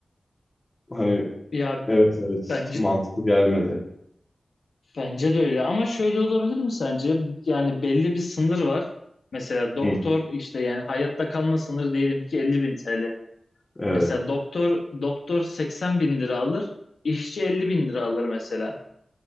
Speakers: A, on the left; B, on the left.
A: Hani
B: Ya
A: evet evet
B: bence
A: mantıklı gelmedi.
B: Bence de öyle ama şöyle olabilir mi sence? Yani belli bir sınır var. Mesela doktor
A: Hı,
B: işte yani hayatta kalma sınırı diyelim ki 50 bin TL.
A: evet.
B: Mesela doktor doktor 80 bin lira alır, işçi 50 bin lira alır mesela.